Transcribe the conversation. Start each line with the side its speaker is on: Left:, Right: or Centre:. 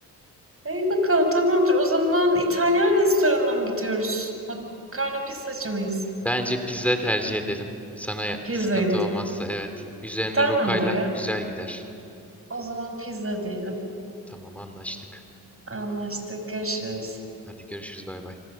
Right: İyi bakalım, tamamdır. O zaman İtalyan restoranına mı gidiyoruz? Makarna pizzacı mıyız?
Centre: Bence pizza tercih edelim. Sana ya-
Right: Pizza
Centre: sıkıntı
Right: yemedi.
Centre: olmazsa evet. Üzerine
Right: Tamamdır
Centre: rokayla
Right: ya.
Centre: güzel gider.
Right: O zaman pizza diyelim.
Centre: Tamam anlaştık.
Right: Anlaştık. Görüşürüz.
Centre: Hadi görüşürüz bay bay.